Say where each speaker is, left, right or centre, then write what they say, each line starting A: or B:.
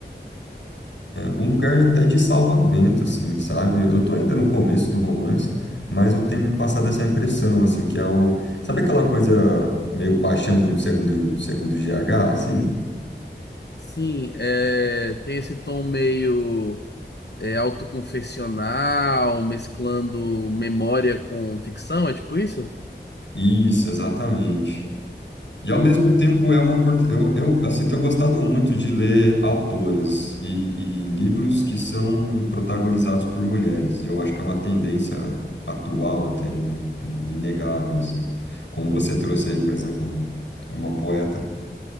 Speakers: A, on the left; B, on the left.
A: um lugar até de salvamento, assim, sabe? Eu tô ainda no começo do romance, mas eu tenho me passado essa impressão, assim, que é o... Sabe aquela coisa meio paixão segundo, segundo G H assim?
B: Sim, é, tem esse tom meio é, autoconfessional, mesclando memória com ficção, é tipo isso?
A: Isso, exatamente. E ao mesmo tempo é uma oportunidade... Eu, eu, assim, tenho gostado muito de ler autoras e, e livros que são protagonizados por mulheres. E eu acho que é uma tendência atual até, né? Inegável, assim. Como você trouxe aí, por exemplo, uma poeta